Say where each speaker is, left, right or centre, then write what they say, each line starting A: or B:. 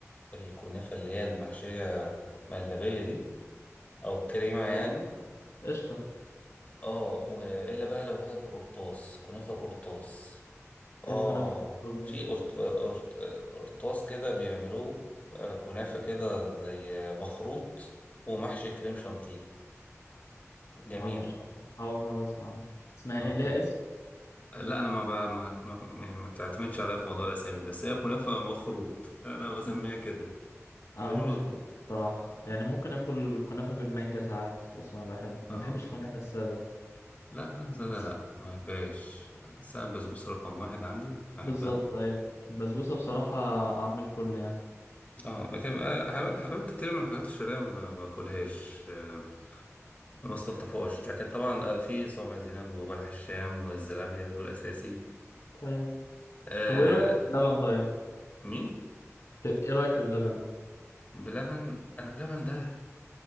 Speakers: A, on the left; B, on the left.
A: الكنافه اللي هي المحشيه مهلبيه دي او كريمه يعني
B: ايوه قشطه
A: اه والا بقى لو هي القرطاس كنافه القرطاس اه
B: ايه الكنافه بالبسبوس
A: في
B: دي
A: قرط- قرط- قرطاس كده بيعملوه آه، كنافه كده زي مخروط ومحشي كريم شانتيه جميله
B: ما اعرفش اول مره اسمع عنها اسمها
A: اه
B: ايه ليها اسم
A: لا انا ما ب... ما ما, يعني ما تعتمدش عليها في موضوع الاسامي ده، بس هي كنافه مخروط انا بسميها
B: بس
A: كده
B: انا
A: انا
B: ما
A: بقول
B: بحبش الكنافه بصراحه يعني ممكن اكل الكنافه بالمانجا ساعات بس ما بحب
A: اه
B: ما بحبش الكنافه الساده
A: لا كنافة سادة
B: بس
A: لا ما بحبهاش بس أنا البسبوسة رقم واحد عندي أحبها
B: بالظبط ايوه البسبوسه بصراحه عم الكل يعني
A: اه لكن آه، حلا- حلويات كتير من الحلويات الشرقية ما باكلهاش آه، ما بستلطفهاش لكن طبعا آه، في صابع زينب وبلح الشام والزلابية دول أساسي
B: ايوه
A: آه
B: طب وايه رايك في اللبن طيب
A: مين
B: في- ايه رايك في اللبن
A: بلبن أنا بلبن ده